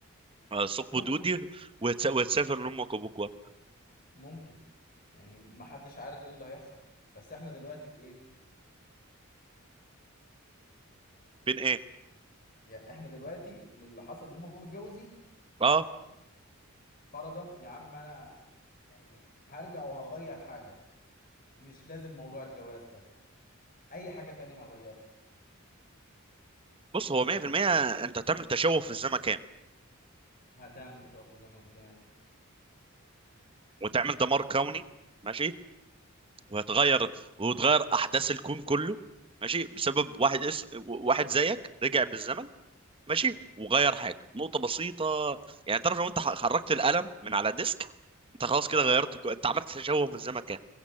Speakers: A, on the right; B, on the left.
A: آه، ثقب
B: ممكن
A: دودي وهتس- وهتسافر لامك وابوك ورا.
B: ممكن يعني ما حدش عارف ايه اللي هيحصل بس احنا دلوقتي في ايه
A: بين ايه
B: يعني احنا دلوقتي من اللي حصل ان هم متجوزين
A: اه
B: فرضا يا عم انا يعني هرجع وهغير حاجه مش لازم موضوع الجواز ده اي حاجه تانية هغيرها
A: بص هو 100%
B: لما ارجع
A: انت هتعمل تشوه في الزمكان
B: هتعمل تشوف في الزمن كان
A: وتعمل دمار كوني ماشي وهتغير وتغير احداث الكون كله ماشي بسبب واحد اس... واحد زيك رجع بالزمن ماشي وغير حاجه نقطه بسيطه يعني تعرف لو انت ح- خرجت القلم من على ديسك انت خلاص كده
B: اه
A: غيرت كو- انت عملت تشوه في الزمكان